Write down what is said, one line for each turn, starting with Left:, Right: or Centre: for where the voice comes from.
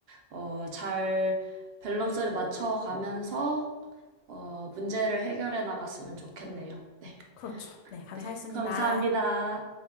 Right: 어, 잘 밸런스를 맞춰가면서 어, 문제를 해결해 나갔으면 좋겠네요. 네,
Left: 그렇죠. 네, 감사했습니다.
Right: 네, 감사합니다.